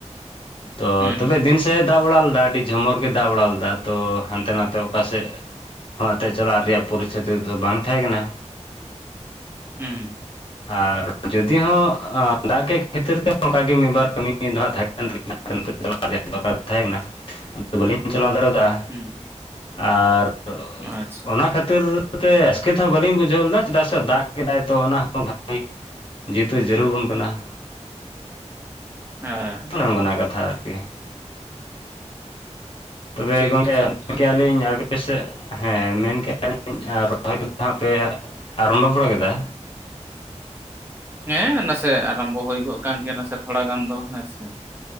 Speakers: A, on the left (about 45°); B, on the right (about 20°).
A: ᱛᱚ
B: ᱦᱩᱸ
A: ᱛᱚᱵᱮ ᱫᱤᱱ ᱥᱮᱫ ᱮ ᱫᱟᱜ ᱵᱟᱲᱟ ᱞᱮᱫᱟ ᱟᱹᱰᱤ ᱡᱷᱚᱢᱚᱨ ᱜᱮ ᱫᱟᱜ ᱵᱟᱲᱟ ᱞᱮᱫᱟ ᱛᱚ ᱦᱟᱱᱛᱮ ᱱᱟᱛᱮ ᱚᱠᱟᱥᱮᱫ ᱚᱠᱟᱛᱮ ᱪᱟᱞᱟᱜ ᱨᱮᱭᱟᱜ ᱯᱚᱨᱤᱥᱛᱷᱤᱛᱤ ᱫᱚ ᱵᱟᱝ ᱛᱟᱦᱮᱸ ᱠᱟᱱᱟ
B: ᱦᱩᱸ
A: ᱟᱨ ᱡᱩᱫᱤ ᱦᱚᱸ ᱫᱟᱜ ᱜᱮ ᱠᱷᱟᱹᱛᱤᱨ ᱛᱮ ᱚᱱᱠᱟᱟᱜᱮ ᱢᱤᱫ ᱵᱟᱨ ᱠᱟᱹᱢᱤ ᱫᱚ ᱦᱟᱜ ᱛᱟᱦᱮᱸᱠ ᱠᱟᱱ <inaudible> ᱫᱚᱨᱠᱟᱨ ᱛᱟᱦᱮᱸ ᱠᱟᱱᱟ ᱟᱫᱚ ᱵᱟᱹᱞᱤᱧ ᱪᱟᱞᱟᱣ ᱫᱟᱲᱮ ᱠᱟᱜᱼᱟ
B: ᱦᱩᱸ
A: ᱟᱨ
B: ᱦᱩᱸ ᱟᱪᱪᱷᱟ
A: ᱚᱱᱟ ᱠᱷᱟᱹᱛᱤᱨ ᱛᱮ ᱟᱥᱠᱮᱛᱦᱚᱸ ᱵᱟᱹᱞᱤᱧ ᱵᱩᱡᱷᱟᱹᱣ ᱞᱮᱫᱟ ᱪᱮᱫᱟᱜ ᱥᱮ ᱫᱟᱜ ᱠᱮᱫᱟᱭ ᱛᱚ ᱚᱱᱟ ᱦᱚᱸ ᱵᱷᱟᱜᱤ ᱡᱮᱛᱩ ᱡᱟᱹᱨᱩᱲᱵᱚᱱ ᱠᱟᱱᱟ᱾
B: ᱟᱦ
A: ᱚᱱᱟ ᱠᱟᱛᱷᱟ ᱟᱨᱠᱤ ᱛᱚᱵᱮ
B: ᱴᱷᱤᱠ
A: ᱜᱚᱝᱠᱮ
B: ᱴᱷᱤᱠ
A: <inaudible>
B: ᱴᱷᱤᱠ
A: ᱠᱮᱭᱟᱞᱤᱧ ᱟᱵᱤ ᱟᱯᱮᱥᱮᱫ ᱦᱮᱸ ᱢᱮᱱᱠᱼᱟᱧ ᱨᱚᱦᱚᱭ ᱠᱚᱫᱚ ᱦᱟᱸᱜ ᱯᱮ ᱟᱨᱚᱢᱵᱚ ᱵᱟᱲᱟ ᱠᱮᱫᱟ
B: ᱦᱮᱸ ᱱᱟᱥᱮ ᱟᱨᱚᱢᱵᱚ ᱦᱩᱭ ᱠᱟᱱ ᱜᱮᱭᱟ ᱱᱟᱥᱮ ᱛᱷᱚᱲᱟ ᱜᱟᱱ ᱫᱚ ᱦᱮᱸᱥᱮ